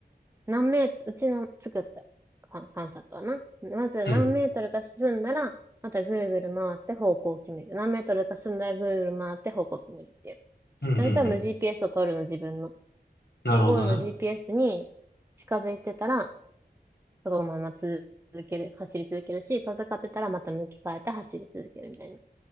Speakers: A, on the right; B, on the left.
A: 何メートル、うちの作ったか観察はな。まず何メートルか進んだら、
B: うん。
A: またぐるぐる回って方向を決める。何メートルか進んだらぐるぐる回って方向を決めるっていう。
B: うんうんうん。
A: 何回も GPS を取るの自分の。
B: なるほどね。
A: で、ゴールの GPS に近づいてたら、そのまま続ける、走り続けるし、遠ざかってたらまた向き変えて走り続けるみたいな。